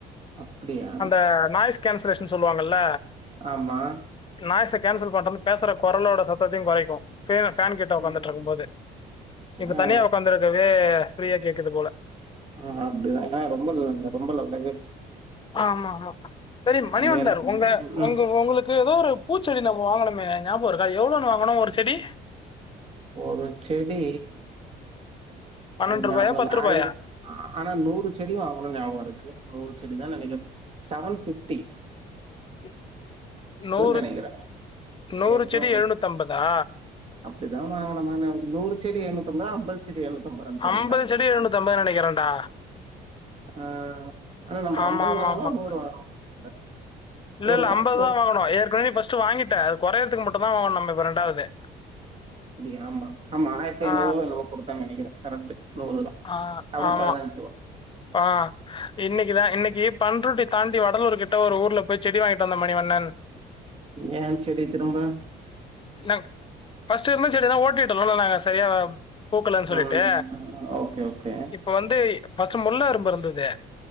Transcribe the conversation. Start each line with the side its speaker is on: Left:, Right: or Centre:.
Right: அப்டியா
Left: அந்த நாய்ஸ் கேன்சலேஷன் சொல்லுவாங்கல்ல
Right: ஆமா
Left: நாயச கேன்சல் பண்றதுனு பேசுற குரலோட சத்தையு குறைக்கும் ஃபேன் கிட்ட உடக்காந்துட்டு
Right: ம்
Left: இருக்கும் போது இப்ப
Right: ஆ
Left: தனியா உடக்காந்துருக்கவே ஃப்ரீயா கேக்குது போல
Right: ஆ அப்படிதா ஏ ரொம்ப ரொம் லவ்ட கேட்டுச்சு
Left: ஆமா ஆமா சரி மணிவண்ணர்
Right: ம்
Left: உங்க உங்க உங்களுக்கு ஏதோ ஒரு பூச்ச செடி நம்ம வாங்கினோமே ஞாபகம் இருக்கா எவ்வளோன்னு வாங்கணு ஒரு செடி
Right: ஒரு செடி
Left: பன்னெண்டு
Right: ஞாபகம்
Left: ரூபாயா
Right: இல்ல
Left: பத்து ரூபாயா
Right: ஆயிர ஆனா நூறு செடிம் வாங்கணும் ஞாபகம் இருக்கு நூறு செடிதா நினைக்க செவன் பிப்டி
Left: ம் நூறு
Right: நெனைக்கிறே
Left: நூறு
Right: எட்நூ
Left: செடி
Right: அம்பது
Left: எழுநூத்திம்பதா
Right: அப்டிதா வாங்குன மாரி ஞாபகம் இருக்கு வாங்க நூறு செடி எழுநத்தன்ம்பது அம்பது செடி எழுநூத்தம்பது தெரி
Left: ஆ அம்பது செடி எழுநூத்த அம்பது நினைக்கிறே டா
Right: ஆ ஆனா நம்ம
Left: ஆமா
Right: அம்பது
Left: ஆமா
Right: வாங்கனோ
Left: ஆமா
Right: நூறு வாங்கனோ இல்ல
Left: இல்ல
Right: ஒரு
Left: இல்ல
Right: க
Left: அம்பதா
Right: ஒரு
Left: வாங்கண ஏற்கனவே ஃபர்ஸ் வாங்கிட்டே அது குறையதுக்கு மட்டு தா வாங்கணும் இப்ப ரெண்டாவது
Right: அப்படியா ஆமா ஆமா ஆயிரத்தி ஐநூறு
Left: ஆ
Right: ரூபா என்னவோ கொடுத்த நினைக்கிறே கரெக்ட் நூறு தா
Left: ஆ
Right: அப்பனா
Left: ஆமா
Right: பதினஞ்சு ரூபா
Left: ஆ இன்னைக்குதா இன்னைக்கு பண்ருட்டி தாண்டி வடலூர் கிட்ட ஒரு ஊர்ல போய் செடி வாங்கிட்டு வந்த மணி வண்ணன்
Right: ஏ செடி திருப்ப
Left: நா பஸ்ட் இருந்த செடி தா ஓட்டிடோல நாங்க சரிய பூக்கல சொல்லிட்டு
Right: ம் ஓகே ஓகே
Left: இப்ப வந்து ஃபர்ஸ்ட் முள்ள அரும்பு இருந்தது